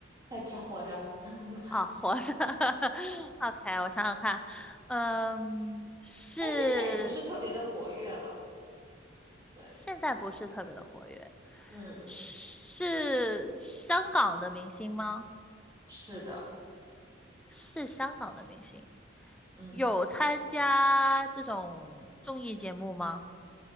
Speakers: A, on the right; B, in the centre.
A: 在只活着，<laughs>
B: 啊，活着。<laughs> OK，我想想看，嗯，是
A: 但现在也不是特别的活跃了。对，
B: 现在不是特别的活跃，
A: 嗯，
B: 是香港的明星吗？
A: 是的，
B: 是香港的明星，
A: 嗯，
B: 有参加这种综艺节目吗？